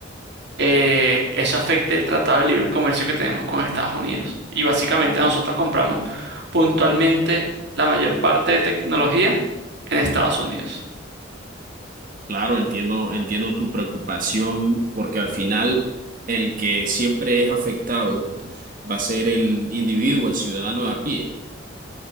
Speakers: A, on the right; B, on the right.
A: eh, eso afecta el Tratado de Libre Comercio que tenemos con Estados Unidos. Y básicamente nosotros compramos puntualmente la mayor parte de tecnología en Estados Unidos.
B: claro, entiendo, entiendo tu preocupación, porque al final el que siempre es afectado va a ser el individuo, el ciudadano de a pie.